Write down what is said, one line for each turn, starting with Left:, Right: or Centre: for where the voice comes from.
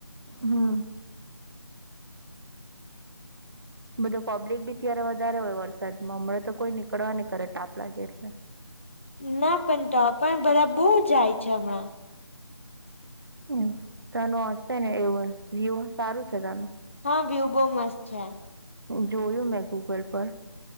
Right: હમ બધું પબ્લિક બી ત્યારે વધારે હોય વરસાદમાં હમણાં તો કોઈ નીકળવા નહીં કરે તાપ લાગે એટલે
Left: ના પણ તો પણ બરા બહુ જાય છે હમણાં
Right: હ તેનું હશે ને એવું વ્યુહ સારું છે તેનું
Left: હા વ્યુ બહુ મસ્ત છે
Right: જોયું મેં ગૂગલ પર